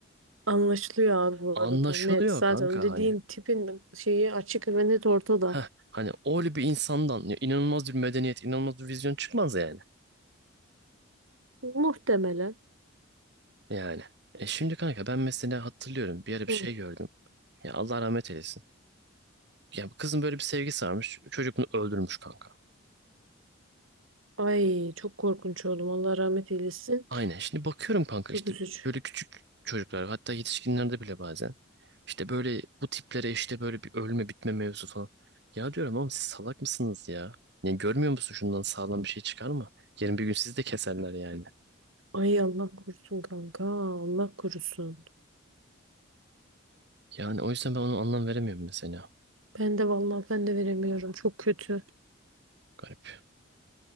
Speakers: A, on the right; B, on the right.
A: Anlaşılıyor abi bu
B: Anlaşılıyor
A: arada. Net. Zaten
B: kanka
A: o dediğin
B: hani.
A: tipin şeyi açık ve net ortada.
B: Heh, hani öyle bir insandan ya inanılmaz bir medeniyet, inanılmaz bir vizyon çıkmaz yani.
A: Muhtemelen.
B: Yani. E şimdi kanka ben mesela hatırlıyorum bir ara bir
A: Hı.
B: şey gördüm. Ya Allah rahmet eylesin. Ya bu kızın böyle bir sevgisi varmış. Çocuk bunu öldürmüş kanka.
A: Ay çok korkunç oğlum. Allah rahmet eylesin.
B: Aynen. Şimdi bakıyorum kanka
A: Çok
B: işte
A: üzücü.
B: böyle küçük çocuklar hatta yetişkinlerde bile bazen işte böyle bu tiplere işte böyle bir ölme bitme mevzu falan. Ya diyorum ama siz salak mısınız ya? Yani görmüyor musun şundan sağlam bir şey çıkar mı? Yarın bir gün sizi de keserler yani.
A: Ay Allah korusun kanka. Allah korusun.
B: Yani o yüzden ben onu anlam veremiyorum mesela.
A: Ben de vallahi ben de veremiyorum. Çok kötü.
B: Garip.